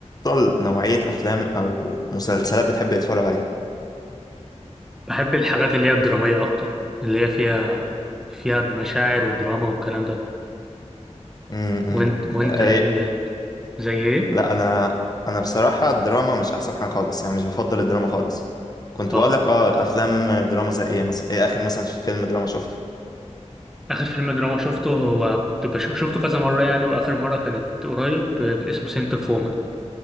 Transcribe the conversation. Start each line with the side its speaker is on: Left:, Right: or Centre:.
Left: أفضل نوعية أفلام أو مسلسلات بتحب تتفرج عليها
Centre: بحب الحاجات اللي هي الدرامية أكتر اللي هي فيها فيها مشاعر ودراما والكلام ده
Left: امم
Centre: وانت وانت
Left: إيه
Centre: ايه اللي يعني؟ زي ايه؟
Left: لا أنا أنا بصراحة الدراما مش أحسن حاجة خالص يعني مش بفضل الدراما خالص كنت
Centre: اه
Left: بقول لك أه أفلام دراما زي إيه مثلا إيه آخر مثلا فيلم دراما شفته
Centre: آخر فيلم دراما شفته هو كنت بشوف شفته كذا مرة يعني وآخر مرة كانت قريب آه، اسمه سنت اوف وومن